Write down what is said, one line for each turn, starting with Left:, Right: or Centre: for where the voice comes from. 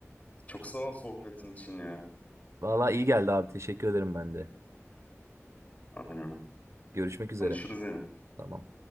Left: Çok sağ ol sohbetin için ya.
Right: Valla iyi geldi abi. Teşekkür ederim ben de.
Left: Aynen.
Right: Görüşmek üzere.
Left: Konuşuruz yine.
Right: Tamam.